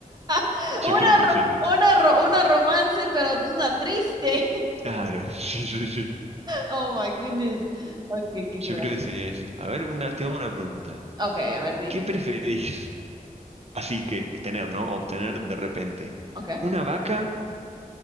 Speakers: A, on the right; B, on the right.
A: <laughs>
B: <laughs> Yo
A: Una,
B: creo que
A: ro-
B: sería
A: una,
B: así.
A: ro- una romance, pero una triste. <laughs>
B: Claro, <laughs> sí, sí, sí.
A: Oh my goodness. Ok, qué
B: Yo
A: gracia.
B: creo que sería ese. A ver, una, te hago una pregunta.
A: Ok, a ver, dime.
B: ¿Qué preferís? Así que tener, ¿no? Obtener de repente
A: Ok.
B: una vaca